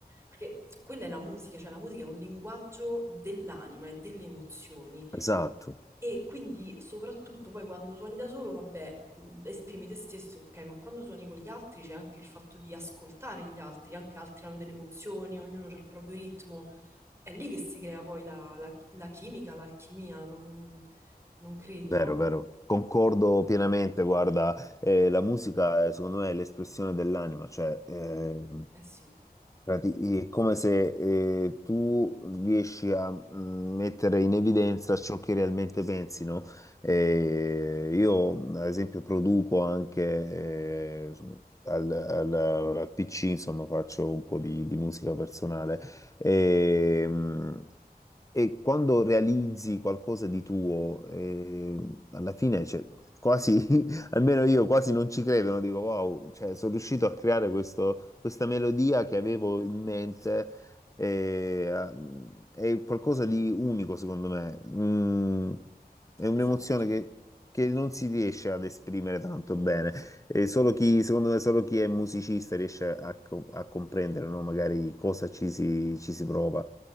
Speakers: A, on the right; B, on the left.
A: Perché quella è la musica, cioè la musica è un linguaggio dell'anima e delle emozioni.
B: esatto.
A: E quindi soprattutto poi quando suoni da solo, vabbè, mh, esprimi te stesso, ok, ma quando suoni con gli altri c'è anche il fatto di ascoltare gli altri, anche altri hanno delle emozioni, ognuno ha il proprio ritmo, è lì che si crea poi la, la- la chimica, l'alchimia, non, non credi,
B: Vero,
A: no?
B: vero, concordo pienamente, guarda, eh, la musica eh, secondo me è l'espressione dell'anima, cioè eh,
A: Eh sì,
B: prati- è come se eh, tu riesci a mh, mettere in evidenza ciò che realmente pensi, no? Eh, io ad esempio produco anche eh, al, al- al PC, insomma faccio un po' di, di musica personale. Ehm, e quando realizzi qualcosa di tuo, eh, alla fine, cioè, quasi, <laughs> almeno io quasi non ci credo, no? Dico, wow, cioè, sono riuscito a creare questo- questa melodia che avevo in mente, eh, a- è qualcosa di unico, secondo me. Mm, è un'emozione
A: esatto.
B: che, che non si riesce ad esprimere tanto bene. E solo chi, secondo me, solo chi è musicista riesce a, co- a comprendere, no? Magari cosa ci si, ci si prova.